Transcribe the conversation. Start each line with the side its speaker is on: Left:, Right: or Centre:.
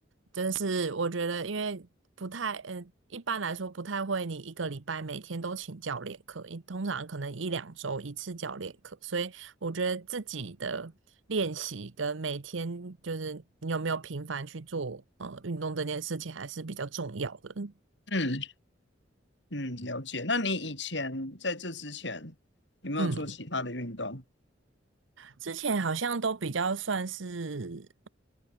Right: 真是我觉得，因为不太，嗯，一般来说不太会，你一个礼拜每天都请教练课，一通常可能一两周一次教练课，所以我觉得自己的练习跟每天就是你有没有频繁去做呃运动这件事情还是比较重要的。
Left: 嗯嗯，了解。那你以前在这之前有没有做其他的运动？
Right: 嗯，之前好像都比较算是。